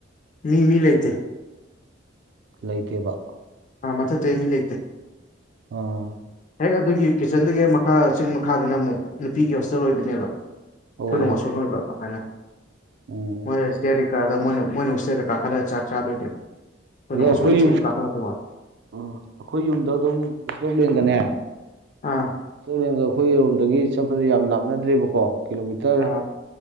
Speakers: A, on the left; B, on the right.
A: ꯃꯤ ꯃꯤ ꯂꯩꯇꯦ
B: ꯂꯩꯇꯦꯕ
A: ꯑ ꯃꯊꯛꯇꯗꯤ ꯃꯤ ꯂꯩꯇꯦ
B: ꯑꯣ
A: ꯍꯦꯛ ꯑꯗꯨꯒꯤ ꯀꯤꯠꯆꯟꯗꯨꯗꯒꯤ ꯍꯦꯛ ꯃꯈꯥ ꯆꯤꯡ ꯃꯈꯥꯗꯅ ꯑꯃꯨꯛ ꯅꯨꯄꯤꯒꯤ ꯍꯣꯁꯇꯦꯜ ꯑꯣꯏꯗꯣꯏꯅꯦꯕ <unintelligible>
B: ꯑꯣ
A: ꯑꯣꯏꯕ ꯑꯗꯨꯃꯥꯏꯅ
B: ꯎꯝ
A: ꯃꯣꯏꯅ ꯁꯇ꯭ꯌꯦꯔ ꯀꯗ ꯃꯣꯏ ꯃꯣꯏꯅ ꯁꯇ꯭ꯌꯥꯔꯗ ꯀꯥꯈꯠꯂꯒ ꯆꯥꯛ ꯆꯥꯗꯣꯏꯅꯦꯕ ꯑꯩꯈꯣꯏꯅ
B: ꯑꯗꯣ ꯑꯩꯈꯣꯏꯒꯤ
A: ꯋꯥꯁꯣꯟ ꯆꯤꯡꯗ
B: ꯌꯨꯝ
A: ꯀꯥꯈꯠꯂꯛꯄꯩ ꯋꯥꯅꯤ
B: ꯑ ꯑꯩꯈꯣꯏꯒꯤ ꯌꯨꯝꯗ ꯑꯗꯨꯝ ꯁ꯭ꯂꯣꯞ ꯂꯦꯟꯒꯅꯦ
A: ꯑꯥ
B: ꯁ꯭ꯂꯣꯞ ꯂꯦꯟꯒ ꯑꯩꯈꯣꯏꯔꯣꯝꯗꯒꯤ ꯆꯠꯄꯗ ꯌꯥꯝ ꯂꯥꯞꯅꯗ꯭ꯔꯤꯕꯀꯣ ꯀꯤꯂꯣꯃꯤꯇꯔ
A: ꯑꯥ